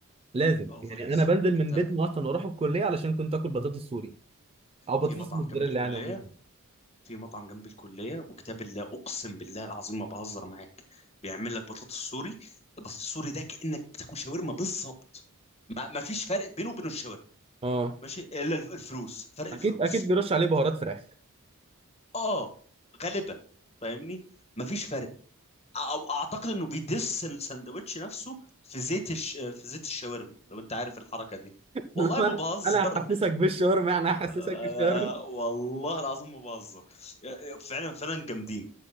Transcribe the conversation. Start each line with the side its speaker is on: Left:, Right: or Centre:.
Right: لازم
Left: اه والله
Right: يعني
Left: يا اسطى
Right: انا بنزل
Left: انت
Right: من بيتنا اصلا واروح الكليه علشان كنت اكل بطاطس سوري او بطاطس
Left: في مطعم
Right: موتزاريلا
Left: جنب الكليه
Right: يعني عموما
Left: في مطعم جنب الكليه وكتاب الله اقسم بالله العظيم ما بهزر معاك بيعمل لك بطاطس سوري البطاطس السوري ده كانك بتاكل شاورما بالظبط ما, ما فيش فرق بينه وبين الشاورما
Right: اه
Left: ماشي الا الف- الفلوس فرق الفلوس
Right: اكيد اكيد بيرش عليه بهارات فراخ
Left: اه غالبا فاهمني ما فيش فرق او اعتقد انه بيدس الساندوتش نفسه في زيت الش... في زيت الشاورما لو انت عارف الحركه دي
Right: <laughs>
Left: والله
Right: انا
Left: ما بهزر
Right: أنا هحسسك بالشاورما يعني
Left: آه،
Right: هحسسك بالشاورما
Left: والله العظيم ما بهزر فعلا فعلا جامدين